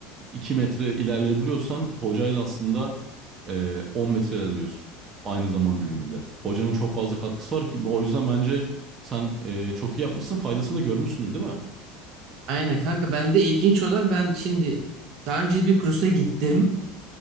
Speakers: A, on the right; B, on the right.
A: 2 metre ilerleyebiliyorsan hocayla aslında e, 10 metre ilerliyorsun aynı zaman
B: Aynen.
A: diliminde. Hocanın çok fazla katkısı var ki o yüzden bence sen e, çok iyi yapmışsın faydasını da görmüşsündür değil mi?
B: Aynen kanka bende ilginç olan ben şimdi daha önce bir kursa gittim.